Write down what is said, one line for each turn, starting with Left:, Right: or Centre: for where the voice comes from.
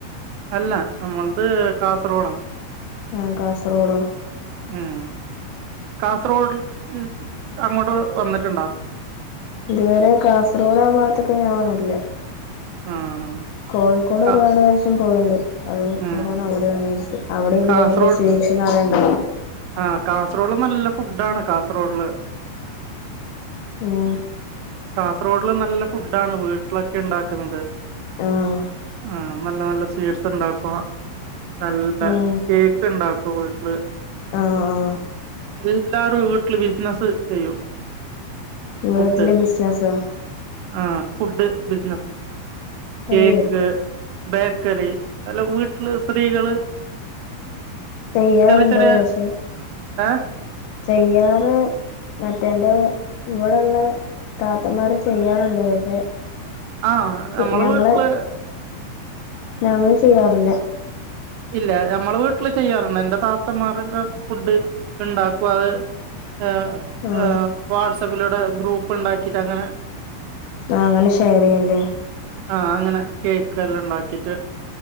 Right: അല്ല അമ്മൾത് കാസർഗോഡാ.
Left: ആഹ് കാസർകോഡോ.
Right: ഉം കാസർഗോഡ് മ് അങ്ങോട്ട് വന്നിട്ടുണ്ടോ.
Left: ഇതുവരെ കാസർഗോഡ് ആ ഭാത്തക്ക് ഞാ വന്നിട്ടില്ല.
Right: ആഹ്.
Left: കോഴിക്കോട്
Right: കാ
Left: ഒരുപാട് പ്രാവശ്യം പോയിണ്ട് അത്
Right: ഉം
Left: അതാണ് അവിടെണ് ജാര്ച്ച് അവിടെ ഇതേപോലെ
Right: കാസർഗോഡ്
Left: സ്വീ ച്ച് നറയണ്ട.
Right: ആഹ് കാസർഗോഡില് നല്ല ഫുഡാണ് കാസർഗോഡ്ല്.
Left: ഉം.
Right: കാസർഗോഡ്ല് നല്ല ഫുഡാണ് വീട്ടിലൊക്കെഇണ്ടാക്കുന്നത്.
Left: ആഹ്
Right: ആഹ് നല്ല നല്ല സ്വീറ്റ്സ് ണ്ടായപ്പോ നല്ല
Left: ഉം
Right: കേക്ക് ണ്ടാക്കും വീട്ട്ല്.
Left: ആഹ് ആഹ്
Right: എല്ലാരും വീട്ടില് ബിസിനസ്സ് ചെയ്യും.
Left: വീട്ടിലെ
Right: ഫുഡ്
Left: ബിസ്നസോ.
Right: ആഹ് ഫുഡ് ബിസിനസ്
Left: അയ്യേ
Right: കേക്ക്. ബേക്കറി അല്ല വീട്ടില് സ്ത്രീകള്.
Left: ചെയ്യാറുണ്ട്
Right: ചെറിയ ചെറിയ
Left: പക്ഷെ
Right: ഏഹ്
Left: ചെയ്യാറ്. മറ്റേന്റെ ഇവിടെള്ള താത്തമാര് ചെയ്യാറുണ്ട് പക്ഷെ.
Right: ആഹ്
Left: ഞങ്ങള് ചെ
Right: നമ്മളെ
Left: ഞങ്ങളെ
Right: വീട്ടില്
Left: ഞങ്ങള് ചെയ്യാറില്ല.
Right: ഇല്ല ഞമ്മളെ വീട്ടില് ചെയ്യാറുണ്ട് എന്റെ താത്തന്മാരെല്ല ഫുഡ് ണ്ടാക്കും അത്. ഏ
Left: ആഹ്
Right: ഏ വാട്സപ്പിലൂടെ ഗ്രൂപ്പ്ണ്ടാക്കിട്ട് അങ്ങനെ.
Left: ആഹ് അങ്ങനെ ഷെയർയ്യല്ലേ.
Right: ആഹ് അങ്ങനെ കേക്ക് എല്ലാം ണ്ടാക്കിട്ട്